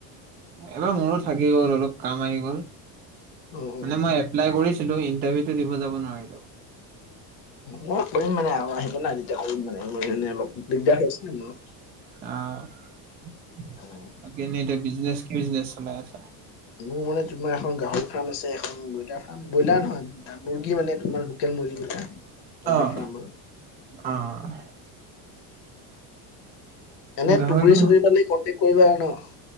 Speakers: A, on the right; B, on the left.
A: এবাৰ মোৰো থাকি গ'ল অলপ কাম আহি গল,
B: অ অ
A: মানে মই এপ্লাই কৰিছিলো, ইণ্টাৰভিউটো দিব যাব নোৱাৰিলো।
B: মই কৰিম মানে আৰু আহিব না তেতিয়া কৰিম মানে মোৰানে অলপ দিগদাৰ হৈ হৈছে মোৰ
A: আ'হ সেইকাৰণে
B: অ',
A: এতিয়া বিজনেচ কি বিজনেছ চলাই আছা।
B: মোৰ মানে তোমাৰ এখন গাহৰি ফাৰ্ম আছে। ব্ৰইলাৰ ফাৰ্ম, ব্ৰইলাৰ নহয় মুৰ্গী মানে তোমাৰ লোকেল মুৰ্গী, এনেকুৱা
A: অ',
B: ফাৰ্ম আৰু
A: অ'।
B: এনে
A: গাহৰিটো
B: তুগুৰি- চুগুৰি পালে কণ্টেক্ট কৰিবা আৰু ন।